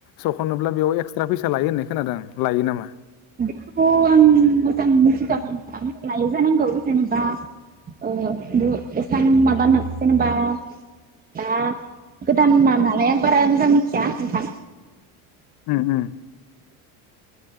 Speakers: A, on the left (about 60°); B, on the right (about 20°).
A: सख'नोब्ला बेयाव एक्सट्रा फैसा लायो होननाय खोनादों आं लायो नामा?
B: बेखौ आं मोजां मिथिथ'वाखै थां लायो जानांगौ जेनेबा ओ बो एसां माबानो जेनेबा दा गोदाना मालाय आं बारा मोजां मिथिया नोंथां।
A: उम उम।